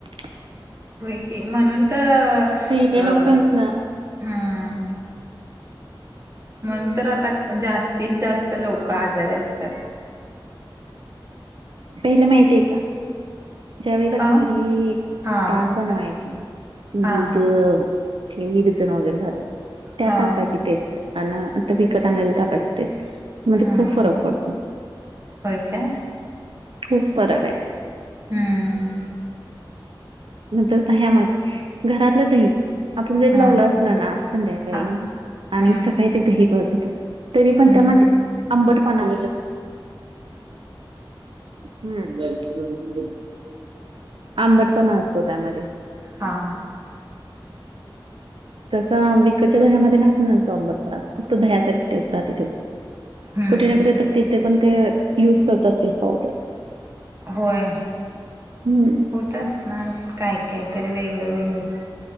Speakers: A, on the right (about 80°); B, on the right (about 35°).
A: <inaudible>
B: व्हय कि. म्हणून तर अ..
A: पहिले
B: अ..
A: लोकच
B: हम्म... मनून तर आता क् जास्तीत जास्त लोक आजारी असतात.
A: पहिलं माहिताय का, ज्या वेळेला
B: का
A: घरी
B: हा
A: ताक बनवायचे....
B: बाय हा
A: दूध...
B: हा
A: विरजन वगैरे घालून, त्या
B: हा
A: ताकाची टेस्ट अन.. आता विकत आणलेल्या ताकाची टेस्ट, मध्ये
B: हा
A: खूप फरक पडतो.
B: होय का?
A: खूप फरक आहे.
B: हम्म...
A: नंतर दह्यामध्ये, घरातलं दही... आपण जरी
B: हा
A: लावलं असल ना संध्याकाळी,
B: हा
A: आणि
B: हम्म
A: सकाळी ते दही बनतं तरी पण
B: हम्म
A: त्यामध्ये आंबट पणा..... हम्म आंबट पना असतो त्यामध्ये.
B: हां.
A: <inaudible>
B: <inaudible>
A: तसा विकच्या दह्यामध्ये राहत नाही न तो आंबटपना, फक्त दह्यासारखी टेस्ट राहते.....
B: हम्म
A: कुठे ना कुठे तर तिथे पण ते.... युज करत असतील पावडर.
B: होय.
A: हम्म
B: होत असणार, काय काय तरी वेगळं वेगळं.